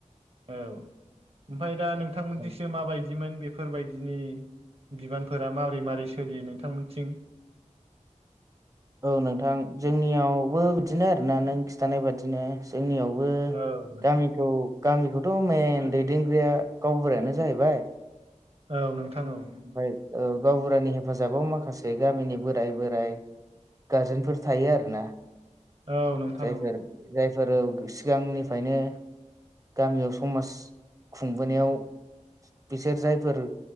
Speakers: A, on the right; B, on the right.
A: औ ओमफाय दा नोंथांमोनजोंसो
B: औ
A: माबायदिमोन बेफोरबायदि। बिदिनि बिबानफोरा मारै मारै सोलियो नोंथांमोनथिं
B: औ नोंथां जोंनियावबो बिदिनो आरोना नों खिन्थानाय बादिनो जोंनियावबो
A: औ
B: गामि खौ गामिखौथ' मन दैदेनगिरिया गावबुरायानो जाहैबाय।
A: औ नोंथां औ।
B: ओमफाय औ गावबुरानि हेफाजाबाव माखासे गामिनि बोराय बोराय गारजेनफोर थायो आरो ना
A: औ नोंथां
B: जायफोर
A: औ
B: जायफोर सिगांनिफायनो गामियाव समाज खुंबोनायाव बिसोर जायफोर